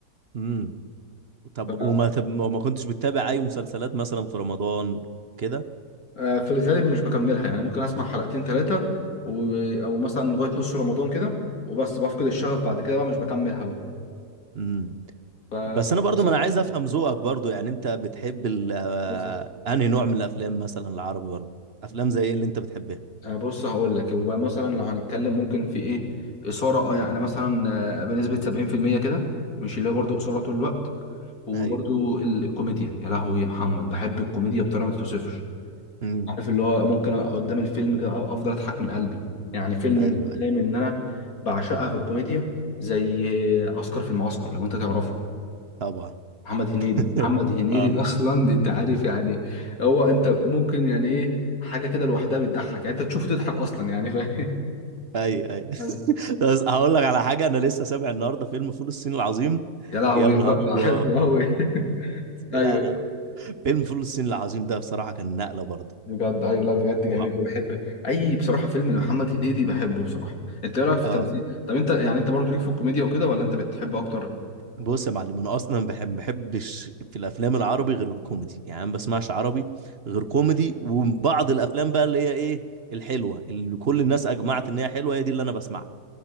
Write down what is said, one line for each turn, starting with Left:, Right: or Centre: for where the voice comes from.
Right: امم طب
Left: ف
Right: وما طب وما كنتش بتتابع اي مسلسلات مثلا في رمضان كده
Left: آه، في الغالب مش بكملها يعني ممكن اسمع حلقتين ثلاثه و... او مثلا لغايه نص رمضان كده وبس بفقد الشغف بعد كده بقى مش بكملها بقى
Right: امم
Left: ف
Right: بس انا برضو
Left: بس
Right: ما
Left: انت
Right: انا عايز افهم ذوقك برضو يعني انت بتحب ال آه،
Left: بس
Right: انهي نوع من الافلام مثلا العربي برضو افلام زي ايه اللي انت بتحبها
Left: آه، بص هقول لك هو مثلا لو هنتكلم ممكن في ايه اثاره اه يعني مثلا آه، بنسبه 70% كده مش اللي هو برضه اثاره طول الوقت وبرضه
Right: ايوه
Left: ال- الكوميديا يا لهوي يا محمد بحب الكوميديا بطريقه ما تتوصفش
Right: امم
Left: عارف اللي هو ممكن أقعد قدام الفيلم كده أ- افضل اضحك من قلبي يعني فيلم
Right: ايوه
Left: من الافلام
Right: ايوه
Left: ان انا بعشقها في الكوميديا زي آه، عسكر في المعسكر لو انت تعرفه
Right: طبعا
Left: محمد هنيدي
Right: <laughs>
Left: محمد هنيدي
Right: اه
Left: اصلا انت عارف يعني هو انت ممكن يعني ايه حاجه كده لوحدها بتضحك يعني انت تشوفه تضحك اصلا يعني ف... <laughs>
Right: ايوه ايوه
Left: أيوة.
Right: <laughs> بس هقول لك على حاجه انا لسه سامع النهارده فيلم فول الصين العظيم
Left: يا لهوي
Right: يا نهار
Left: بقى،
Right: ابيض
Left: بحبه قوي <laughs> ايوه
Right: إيه، لا لا فيلم فول الصين العظيم ده بصراحه كان نقله برضه
Left: بجد ايوه لا بجد جميل
Right: واو.
Left: قوي بحب اي بصراحه فيلم لمحمد هنيدي بحبه بصراحه انت ايه رايك في
Right: اه
Left: تمثيل طب انت يعني انت برضو ليك في الكوميديا وكده ولا انت بتحب اكتر
Right: بص يا معلم انا اصلا بحب ما بحبش في الافلام العربي غير الكوميدي يعني أنا ما بسمعش عربي غير كوميدي وبعض الافلام بقى اللي هي ايه الحلوه اللي كل الناس اجمعت ان هي حلوه هي دي اللي انا بسمعها